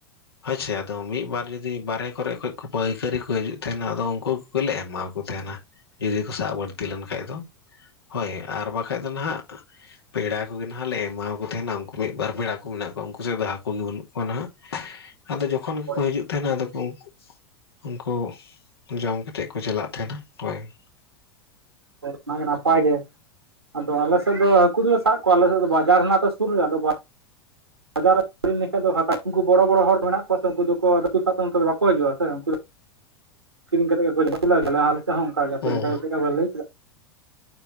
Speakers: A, on the left; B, on the right.
A: ᱦᱳᱭ ᱥᱮ ᱟᱫᱚ ᱢᱤᱫ ᱵᱟᱨ ᱡᱩᱫᱤ ᱡᱩᱫᱤ ᱵᱟᱨᱦᱮ ᱠᱚᱨᱮ ᱠᱷᱚᱡ ᱯᱟᱹᱭᱠᱟᱹᱨᱤ ᱠᱚ ᱦᱤᱡᱩᱜ ᱛᱟᱦᱮᱱᱟ ᱟᱫᱚ ᱩᱱᱠᱩ ᱠᱚᱜᱮᱞᱮ ᱮᱢᱟᱣᱟ ᱠᱚ ᱛᱟᱦᱮᱱᱟ᱾ ᱡᱩᱫᱤ ᱠᱚ ᱥᱟᱵ ᱵᱟᱹᱲᱛᱤ ᱞᱮᱱ ᱠᱷᱟᱡ ᱫᱚ ᱦᱳᱭ ᱟᱨ ᱵᱟᱠᱷᱟᱡ ᱫᱚ ᱱᱟᱦᱟᱸᱜ ᱯᱮᱲᱟ ᱠᱚᱜᱮ ᱱᱟᱦᱟᱸᱜ ᱞᱮ ᱮᱢᱟᱣᱟ ᱠᱚ ᱛᱟᱦᱮᱱᱟ ᱩᱱᱠᱩ ᱢᱤᱫ ᱵᱟᱨ ᱯᱮᱲᱟ ᱠᱚ ᱢᱮᱱᱟᱜ ᱠᱚᱣᱟ ᱩᱱᱠᱩ ᱥᱮᱫ ᱫᱚ ᱦᱟᱹᱠᱩ ᱜᱮ ᱵᱟᱹᱱᱩᱜ ᱠᱚᱣᱟ ᱱᱟᱦᱟᱸᱜ᱾ ᱟᱫᱚ <unintelligible> ᱡᱚᱠᱷᱚᱱ ᱜᱮᱠᱚ
B: ᱦᱳᱭ
A: ᱦᱤᱡᱩᱜ ᱛᱟᱦᱮᱱᱟ ᱟᱫᱚ ᱠᱚ ᱩᱱᱠᱩ ᱩᱱᱠᱩ ᱡᱚᱢ ᱠᱟᱛᱮᱫ ᱠᱚ ᱪᱟᱞᱟᱜ ᱛᱟᱦᱮᱱᱟ᱾ ᱦᱚᱭ ᱾
B: <unintelligible> ᱱᱟᱭ ᱱᱟᱯᱟᱭ ᱜᱮ ᱟᱫᱚ ᱟᱞᱮ ᱥᱮᱫ ᱫᱚ ᱦᱟᱹᱠᱩ ᱫᱚᱞᱮ ᱥᱟᱵ ᱠᱚᱣᱟ ᱟᱞᱮ ᱥᱮᱫ ᱫᱚ ᱵᱟᱡᱟᱨ ᱦᱮᱱᱟᱜ ᱛᱚ ᱥᱩᱨ ᱨᱮ ᱟᱫᱚ ᱵᱟᱡᱟᱨ <unintelligible> ᱞᱮᱠᱷᱟᱡ ᱫᱚ ᱦᱟᱹᱠᱩ ᱩᱱᱠᱩ ᱵᱚᱲᱚ ᱵᱚᱲᱚ ᱦᱚᱲ ᱢᱮᱱᱟᱜ ᱠᱚᱣᱟ ᱥᱮ ᱩᱱᱠᱩ ᱫᱚ <unintelligible> ᱦᱤᱡᱩᱜᱼᱟ ᱥᱮ ᱩᱱᱠᱩ ᱠᱤᱨᱤᱧ ᱠᱟᱛᱮᱫ ᱜᱮ <unintelligible> ᱦᱚᱸ ᱚᱱᱠᱟ ᱜᱮ ᱟᱯᱮ
A: ᱦᱩᱸ
B: ᱞᱮᱠᱟ ᱪᱮᱫ ᱞᱮᱠᱟ ᱯᱮ ᱞᱟᱹᱭ ᱠᱮᱫᱟ,